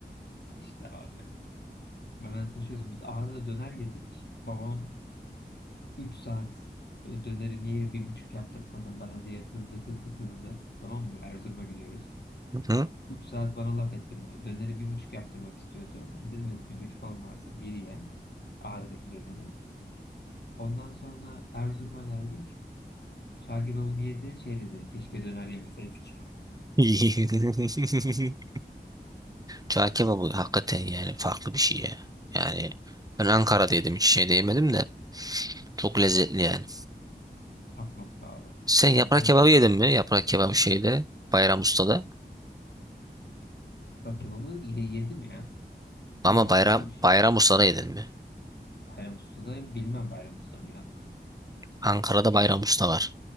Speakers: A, on the left (about 75°); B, on the right (about 20°).
A: İşte abi. Ben ben sana şöyle söyleyeyim. Biz Ağrı'da döner yedik. Babam 3 saat e, döneri niye bir buçuk yaptırmadın bana diye kızdı kızdı kızdı. Tamam mı? Erzurum'a gidiyoruz.
B: Hı?
A: 3 saat bana laf etti. böyle. Döneri bir buçuk yaptırmak istiyordu. Ben dedim yok bir buçuk olmaz. Bir ye. Ağrı'daki döneri. Ondan sonra Erzurum'a geldik. Çağ kebabını yedi. Şey dedi. Keşke döner yemeseydik.
B: <laughs> Çağ kebabı hakikaten yani farklı bir şey ya. Yani ben Ankara'da yedim hiç şeyde yemedim de çok lezzetli yani.
A: <laughs> Tap nokta abi.
B: Sen yaprak
A: Abi ben
B: kebabı
A: çok...
B: yedin mi? Yaprak kebabı şeyde Bayram Usta'da.
A: Bak kebabı ye- yedim ya. Hangisi?
B: Ama Bayram
A: Şu şu-
B: Bayram Usta'da yedin mi?
A: Bayram Usta'da bilmem Bayram Usta mı lan.
B: Ankara'da Bayram Usta var.